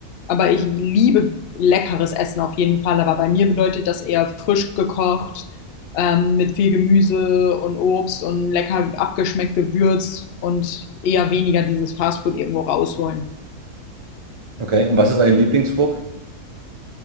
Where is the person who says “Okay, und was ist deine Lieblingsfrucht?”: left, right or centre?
Right